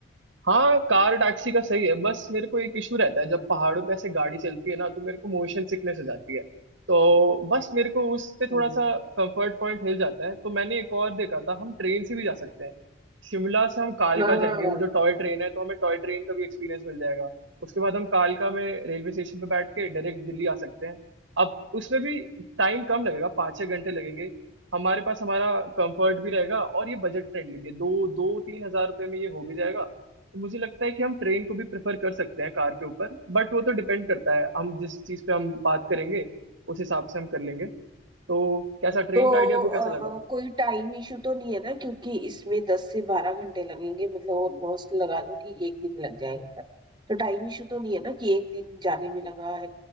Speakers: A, on the right; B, on the right.
A: हाँ कार टैक्सी का सही है बस मेरे को एक इशू रहता है जब पहाड़ों पे ऐसे गाड़ी चलती है ना तो मेरे को मोशन सिकनेस हो जाती है तो बस मेरे को उस पे थोड़ा
B: अ,
A: सा कंफर्ट पॉइंट हिल जाता है तो मैंने एक और देखा था हम ट्रेन से भी जा सकते हैं शिमला से हम कालका
B: हाँ
A: जाएंगे वो जो टॉय ट्रेन है तो हमें टॉय ट्रेन का भी एक्सपीरियंस मिल जाएगा उसके बाद हम कालका में रेलवे स्टेशन पे बैठ के डायरेक्ट दिल्ली आ सकते हैं अब उसमें भी टाइम कम लगेगा पाँच छः घंटे लगेंगे हमारे पास हमारा कंफर्ट भी रहेगा और ये बजट फ्रेंडली भी है दो दो तीन हजार रुपये में ये हो भी जाएगा तो मुझे लगता है कि हम ट्रेन को भी प्रेफर कर सकते हैं कार के ऊपर बट वो तो डिपेंड करता है हम जिस चीज़ पे हम बात करेंगे उस हिसाब से हम कर लेंगे तो कैसा ट्रेन
B: तो
A: का आइडिया आपको
B: अ,
A: कैसा लगा
B: कोई टाइम इशू तो नहीं है ना क्योंकि इसमें दस से बारह घंटे लगेंगे मतलब ऑलमोस्ट लगा लो कि एक दिन लग जाएगा तो टाइम इशू तो नहीं है ना कि एक दिन जाने में लगा है